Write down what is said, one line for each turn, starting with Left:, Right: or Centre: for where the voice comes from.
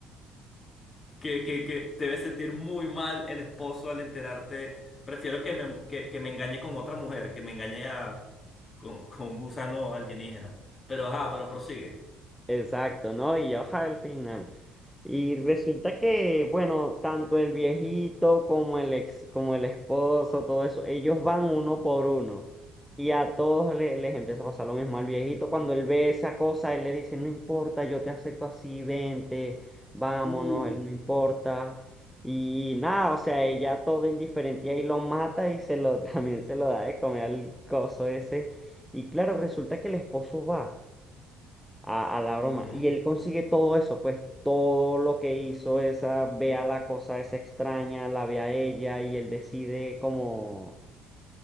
Left: que, que, que te debe sentir muy mal el esposo al enterarte. Prefiero que me, que, que me engañe con otra mujer, que me engañe a- con, con un gusano alienígena. Pero ajá, pero prosigue.
Centre: Exacto, ¿no? Y ya baja al final. Y resulta que, bueno, tanto el viejito como el ex, como el esposo, todo eso, ellos van uno por uno. Y a todos le- les, empieza a pasar lo mismo. Al viejito, cuando él ve esa cosa, él le dice, no importa, yo te acepto así, vente, vámonos,
Left: Uh,
Centre: él no importa. Y nada, o sea, ella todo indiferente y ahí lo mata y se lo, <laughs> también se lo da de comer al coso ese. Y claro, resulta que el esposo va a, a la broma.
Left: ujú,
Centre: Y él consigue todo eso, pues todo lo que hizo esa, ve a la cosa esa extraña, la ve a ella y él decide como,